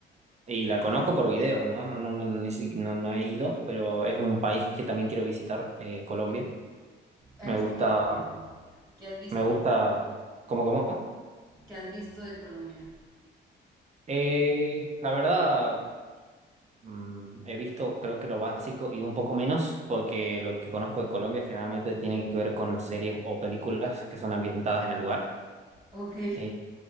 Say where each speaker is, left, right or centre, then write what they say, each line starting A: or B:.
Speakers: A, on the right; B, on the right.
A: y la conozco por videos, ¿no? No, no, ni si- no- no he ido, pero es un país que también quiero visitar, eh, Colombia.
B: Ay,
A: Me gusta,
B: sería genial. ¿Qué has visto?
A: me gusta, ¿cómo, cómo?
B: ¿Qué has visto de Colombia?
A: Eh, la verdad. Mm, he visto, creo que lo básico y un poco menos, porque lo que conozco de Colombia generalmente tiene que ver con series o películas que son ambientadas en el lugar.
B: Ok.
A: Eh,